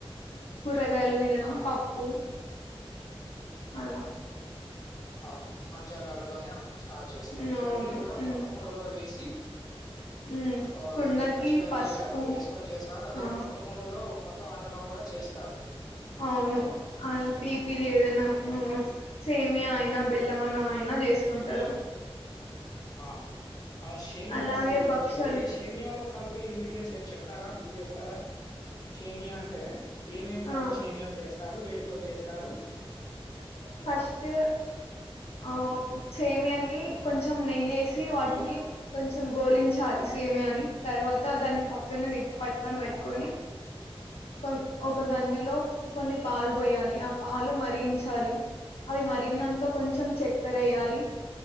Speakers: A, on the left; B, on the left.
A: కూరగాయలు తినడం
B: ఆ!
A: పప్పు అలా
B: అవును మంచాలోల్లతోనే స్టార్ట్ చేస్తారు
A: ఉమ్,
B: ఇవన్నీ
A: అవును
B: కూడా
A: ఉమ్.
B: కొత్త కుండలో వేసి
A: హ్మ్.
B: ఆ
A: కుండకి
B: ఏది పచ్చడయితే
A: పసుపు
B: వేసుకొని చేస్తారు అదే
A: ఆ!
B: కొత్త కుండలో కొత్త వంటకం గూడా చేస్తారు
A: అవును అ తీపిది ఏదైనా సేమియా అయినా బెల్లమన్నం అయినా జేసుకుంటరు
B: ఆ అవు షేమియా
A: అలాగే
B: అంటే గుర్తోచ్చింది
A: భక్షాలు
B: షేమియాలో కలిపే ఇంగ్రీడియంట్స్ ఏతే చెప్తారా గుర్తు చేస్తారా షేమియా అంటే ఏమేం
A: ఆ!
B: కలిపి షేమియా చేస్తారు వే తో చేస్తారు
A: ఫస్ట్ ఆ సేమియాన్ని కొంచెం నెయ్యేసి వాటిని కొంచెం గోలించాలిసి సేమియాని తర్వాత దాన్ని పక్కనేది పట్టుకొని పెట్టుకొని కొ ఒక గంజులో కొన్ని పాలు పోయాలి ఆ పాలు మరిగించాలి అవి మరిగినంక కొంచెం చక్కెరెయ్యలి